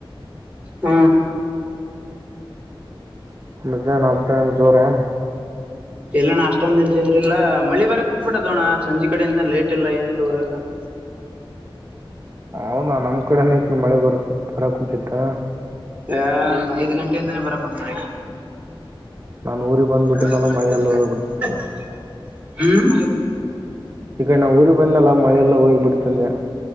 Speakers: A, on the right; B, on the right.
A: ಹ್ಮ
B: ಮದ್ಯಾಹ್ನ ಹಬ್ಬ ಏನ್ ಜೋರೇನ್
A: ಇಲ್ಲಣ್ಣ ಅಷ್ಟೊಂದೇನ್ ಜೋರಿಲ್ಲ ಮಳಿ ಬರಾಕುಂದ್ಬಿಟ್ಟದೋಣ್ಣ ಸಂಜೆ ಕಡೆಯಿಂದ ಲೇಟ್ ಇಲ್ಲ ಏನಿಲ್ಲ ಊರಾಗ <inaudible>
B: ಹೌದಾ ನಮ್ ಕಡೆನೂ ಈ ಕಡೆ ಮಳಿ ಬರುತ್ತೆ ಬರಾಕುಂತಿತ್ತಾ
A: ಏನ್ ಐದ್ ಗಂಟೆಯಿಂದನ ಬರಾಕುಂತತಿ
B: ನಾನು ಊರಿಗೆ ಬಂದ್ಬಿಟ್ಟಿನಲ್ಲ
A: ಮಳಿ <unintelligible>
B: ಮಳೆ ಎಲ್ಲ ಹೋಗ್ಬಿಡ್ತು ಈ ಕಡೆ
A: ಉಮ್
B: ಈ ಕಡೆ ನಾ ಊರಿಗೆ ಬಂದ್ನಲ್ಲ ಮಳೆ ಎಲ್ಲ ಹೋಗ್ಬಿಡ್ತಂದೆ